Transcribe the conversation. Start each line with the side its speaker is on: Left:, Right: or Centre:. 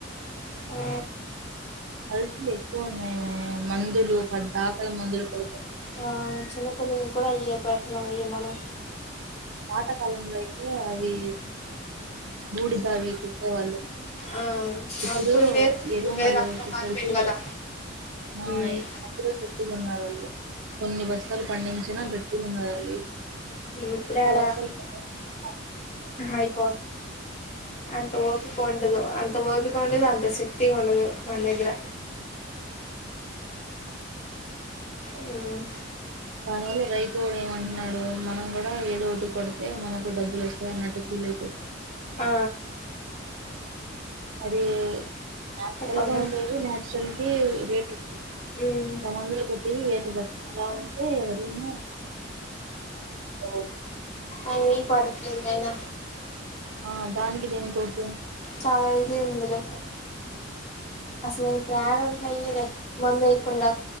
Left: ఆ
Right: కల్తీలు ఎక్కువ ఉన్నాయ మందులు పొద్దాక మందులు కొడుతు
Left: ఆ చిన్నపిల్లలకి కూడా అయ్యే పెట్టినం ఆ చిన్నపిల్లలకి కూడా ఇయ్య పట్టన ఇయ్య మను
Right: పాతకాలంలో అయితే అవి మూడు తావి కు ఇత్తే వాళ్ళు
Left: ఆ
Right: ఇప్పుడు
Left: అప్పుడు వేరు ఇప్పుడు
Right: ఎరువు
Left: వేరు
Right: మందులు
Left: అంతా
Right: వేసేసరికి
Left: మారిపోయింది కదా ఉమ్
Right: అయ్ అప్పుడే గట్టిగా ఉన్నారు వాళ్ళు కొన్ని బస్తాలు పండించినా గట్టిగా ఉన్నారు వాళ్ళు
Left: ఇప్పుడేడ
Right: బస్తాలు పండించినా
Left: అయిపో అంత ఓపిక ఉండదు అంత ఓపిక ఉండదు అంత శక్తి ఉండదు మన దగ్గర ఉమ్
Right: దాని వల్ల రైతు కూడ <unintelligible> మనం కూడా ఏదో ఒకటి కొడితే మనకు డబ్బులు వస్తాయి అన్నట్టు ఫీల్ అయిపోతుంది
Left: ఆ
Right: మరి న్యాచురల్
Left: పాట
Right: గా ఉండేది నాచురల్ కి రేట్ ఎక్కువ ఉంటాయి
Left: ఉమ్
Right: ఇలా మందులు కొట్టి రేట్లు అలా ఉంటే ఎవరైనా చున్నక్ కొట్టవోయ్
Left: అవును పడట్లేదు నాయన
Right: ఆ దానికి దీనికి ఓకే
Left: చాలా ఇది ఉంది లే అసలు ప్రాణం పోయేన మందు ఏయకుండా